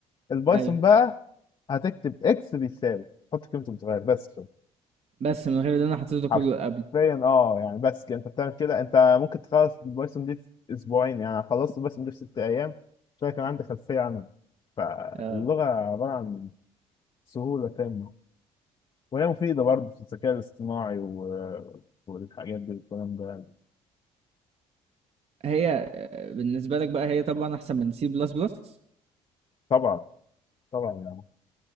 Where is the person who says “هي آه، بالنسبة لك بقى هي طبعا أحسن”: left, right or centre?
Right